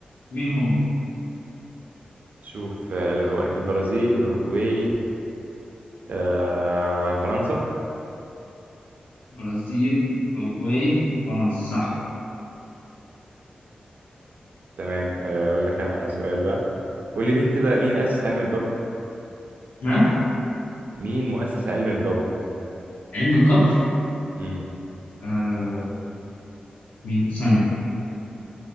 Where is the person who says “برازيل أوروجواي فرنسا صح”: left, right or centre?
Left